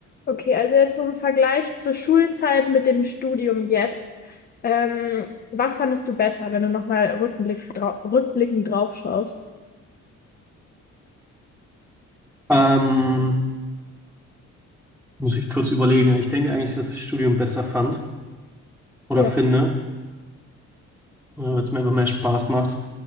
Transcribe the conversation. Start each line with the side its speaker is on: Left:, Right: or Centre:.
Left: Okay, also jetzt so im Vergleich zur Schulzeit mit dem Studium jetzt. Ähm, was fandest du besser, wenn du nochmal rückblick drau- rückblickend drauf schaust?
Centre: Ähm, muss ich kurz überlegen. Ich denke eigentlich, dass ich das Studium besser fand oder
Left: Ja.
Centre: finde, äh, weil es mir einfach mehr Spaß macht.